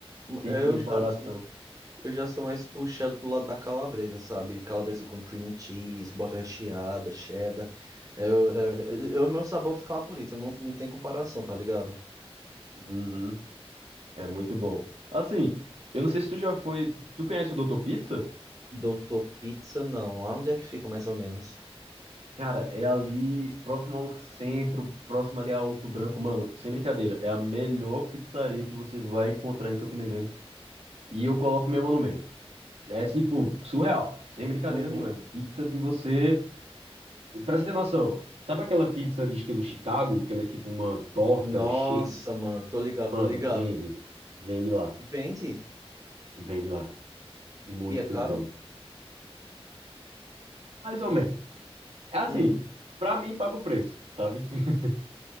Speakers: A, on the right; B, on the right.
A: sem
B: Eu
A: comparação.
B: já sou, eu já sou mais puxado pro lado da calabresa, sabe? Calabresa com cream cheese, bota recheada, cheddar. eu o é- é o meu sabor favorito, não, não tem comparação, tá ligado?
A: Uhum. É muito bom. Assim, eu não sei se tu já foi. Tu conhece o Doutor Pizza?
B: Doutor Pizza, não. Aonde é que fica mais ou menos?
A: Cara, é ali próximo ao centro, próximo ali ao Alto Branco. Mano, sem brincadeira, é a melhor pizzaria que você vai encontrar em Campina Grande. E eu coloco minha mão no meio. É tipo, surreal, sem brincadeira
B: Uhum.
A: nenhuma. É pizza de você. Pra você ter noção, sabe aquela pizza de estilo Chicago, que ela é tipo uma torta
B: Nossa,
A: cheia.
B: mano, tô ligado,
A: Mano,
B: tô ligado.
A: vende. Vende lá.
B: Vende?
A: Vende lá. Muito
B: E é caro?
A: bom. Mais ou
B: É
A: menos.
B: tipo,
A: É assim,
B: hum,
A: pra mim paga o preço, sabe? <laughs>